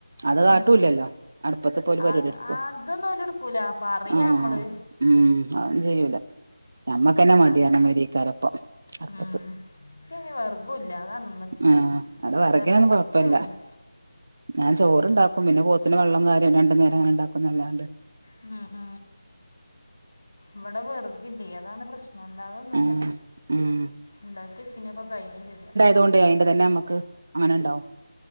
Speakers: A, on the right; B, on the left.
A: അത് കാട്ടൂല്ലല്ലോ
B: ഉം
A: അടുപ്പത്ത്പ്പോ ഓല് പരിപാടി
B: അത്
A: എടുക്കോ
B: അതൊന്നും ഓല്ടുക്കൂല പറയാ
A: ആഹ്
B: നമ്മള്
A: ഉം അതന്നും ചെയ്യൂല ഞമ്മക്കന്നെ മടിയാണ്
B: അത്
A: മൊരിക്കാരപ്പം അടുപ്പത്ത്
B: ഉം ഇച്ചയ്ന് വെർഗുല്ല അതാണുള്ളത്
A: ആഹ് അത് വെറകിനൊന്നും
B: വെർഗ് ഒറ്റ
A: കൊഴ്പ്പില്ല
B: പണില്ല
A: ഞാൻ ചോറ്ണ്ടാക്കും പിന്നെ പോത്തിന് വെള്ളം കാര്യം രണ്ടു നേരം അങ്ങനെണ്ടാക്കുന്നല്ലാണ്ട്
B: ഉം ഉം ഇവിടെ വെർകില്ലേയ് അതാണ് പ്രശ്നം നനന്നാവൊന്നുല്ല
A: ആഹ് ഉം
B: ഉണ്ടാക്കി വെച്ചീന്നപ്പ കഴിഞ്ഞ് ചെയ്ത്
A: തുകൊണ്ട് അതിന്റെ തന്നെ നമ്മക്ക് അങ്ങനെണ്ടാവും